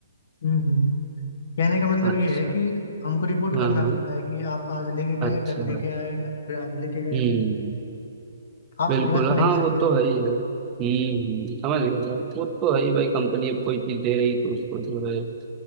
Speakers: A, on the left (about 65°); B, on the right (about 25°).
A: हम्म हम्म कहने का मतलब
B: अच्छा
A: ये है कि हमको रिपोर्ट
B: हाँ
A: करना
B: हाँ
A: पड़ता है कि आप आज लेके गए
B: अच्छा
A: कल लेके आए फिर आज लेके गए
B: हम्म
A: आप
B: बिल्कुल
A: रख नहीं
B: हाँ वो
A: सकते
B: तो है ही है हम्म समझ गया साहब वो तो है ही भाई कंपनी अब कोई चीज दे रही तो उसको जो है अ,